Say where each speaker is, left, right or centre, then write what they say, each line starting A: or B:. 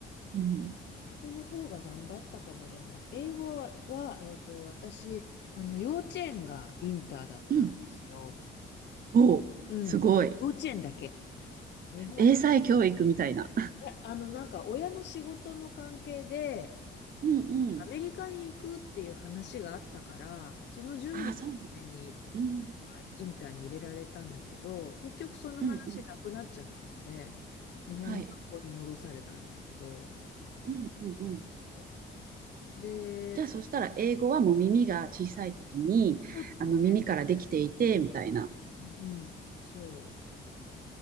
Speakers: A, on the right; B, on the left.
A: うん。
B: 英語の方が頑張ったかもでも、英語は、えっと、私、あの、幼稚園がインターだったんですよ。
A: うん。おお、
B: うん。
A: すごい。
B: 幼稚園だけ。日本で。
A: 英才教育みたいな。
B: えあの、なんか親の仕事の関係で、
A: うんうん。
B: アメリカに行くっていう話があったから、その準備のために、
A: ああ、そうなの。うん。
B: なんかインターに入れられたんだけど、結局その話なくなっちゃったんで、
A: うんうん。
B: 日本の学校に戻されたんですけど、
A: はい。うんうんうん。
B: そうで、
A: じゃあ、そしたら英語はもう耳が小さい時に、
B: そうだね。
A: あの、耳からできていて、みたいな。
B: うんうん、そ